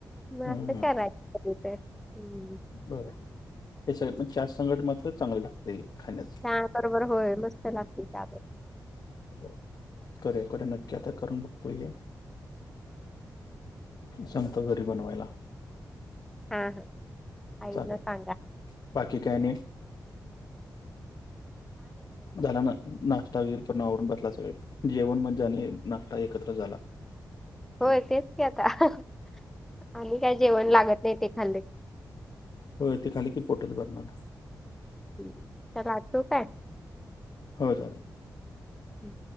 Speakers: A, in the centre; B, on the left (about 60°).
A: म
B: हां, हां.
A: कराय ते हम् <unintelligible>
B: हो हे सगळं पण चहा संगट मात्र चांगलं लागतय खाण्यास
A: हा बरोबर, होय मस्त लागतल चहा बरोबर
B: हो करूया करूया नक्की आता करून बघतो हे सांगतो घरी बनवायला
A: हा हा आई
B: चालेल.
A: ना सांगा
B: बाकी काय आणि?
A: ह
B: झाला ना नाश श्ता वगैरे करून आवरून बसला सगळे जेवण पण जाने नाष्टा एकत्र झाला
A: होय तेच की आता हं हं आणि काय जेवण लागत नाही ते खाल्लं
B: हो ते खाल्ल कि पोटच भरणार
A: तो लागतो काय
B: होय
A: हम्म.